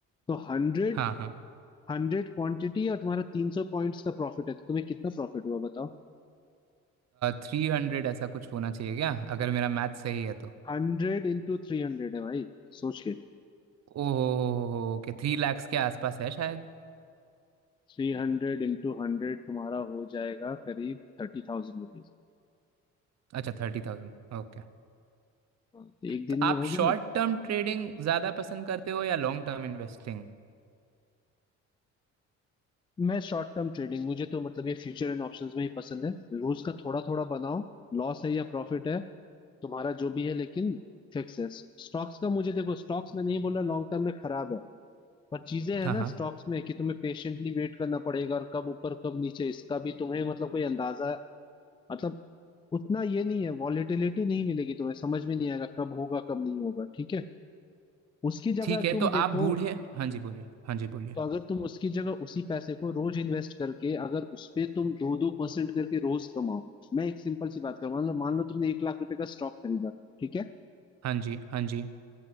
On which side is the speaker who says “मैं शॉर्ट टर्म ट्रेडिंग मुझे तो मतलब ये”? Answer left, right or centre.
Left